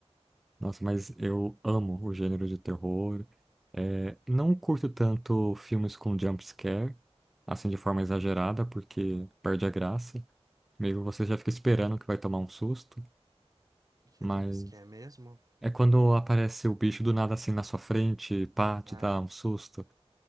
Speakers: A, in the centre; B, on the right (about 35°).
A: Nossa, mas eu amo o gênero de terror. É, não curto tanto filmes com jump scare, assim de forma exagerada, porque perde a graça. Meio você já fica esperando que vai tomar um susto,
B: O que
A: mas
B: é jumpscare mesmo?
A: é quando aparece o bicho do nada assim na sua frente, pá,
B: Ah,
A: te dá um susto.